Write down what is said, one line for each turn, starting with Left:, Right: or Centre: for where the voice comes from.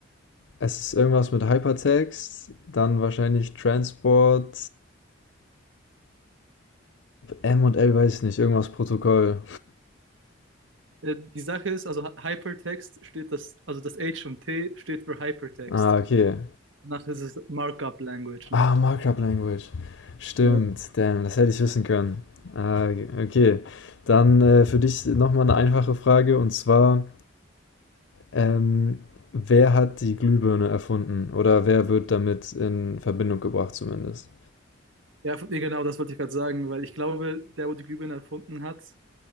Left: es ist irgendwas mit Hypertext, dann wahrscheinlich Transport, M und L weiß ich nicht, irgendwas Protokoll.
Right: Äh, die Sache ist, also Hy- Hypertext steht das, also das H und T steht für Hypertext.
Left: Ah, okay.
Right: Danach ist es Markup Language noch.
Left: Ah, Markup Language. Stimmt,
Right: Ja,
Left: damn, das hätte ich wissen können. Ah, okay. Dann äh, für dich nochmal eine einfache Frage und zwar, ähm, wer hat die Glühbirne erfunden oder wer wird damit in Verbindung gebracht zumindest?
Right: ja nee, genau, das wollte ich gerade sagen, weil ich glaube, der, wo die Glühbirne erfunden hat,